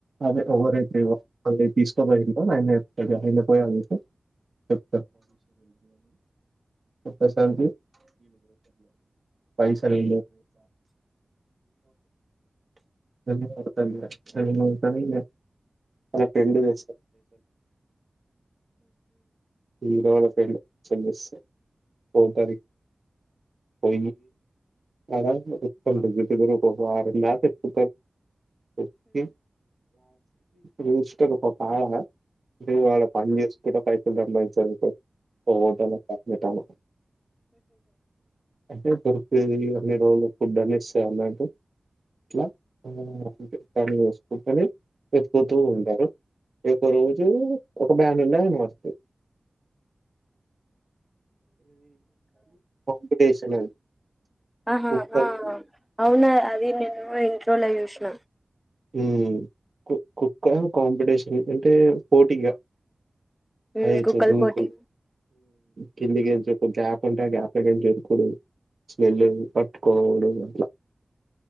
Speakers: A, on the right; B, in the centre.
A: అదే ఒకరే తీసుకోద ఇ ఆయన అయన పోయాలి చెప్ ప్పశంత పైసలు ఇ ధన్వాద ధవాతన అలా ఫ్రెండ్ వస్త ఇంతక సస్ పో తార పో అ రు ఆరంద ఇప్పు ఓకే ఇ రజస్ట పకాయా అ వాడ పని చేస్త ఇ పైస ధమా హటల్ గట్టాను అంటే పరుపది అన్ని రోజులు ఫుడ్ అని ఇస్తే అన్నట్టు ఇట్లా అ కాని వసుంటని చెప్పుపోతూ ఉంటారు ఒ రోజు ఒక బ్యా నళన వతుంది కాంపిటీషన్ అది
B: ఆహా
A: కుక్కలు
B: అవునా ది నేను ఇంట్రోల యోచన
A: ఉ కు కుక్క కాంపిటిషన్ అే పోటిగా
B: మ్మ్
A: అ
B: కుక్కల
A: చ ద
B: పోటీ
A: <unintelligible> కిందికి గ్యాప్ ఉంటే ఆ గ్యాప్ జరుకుడు వెళ్ళుడు పట్టుకోవుడు అట్లా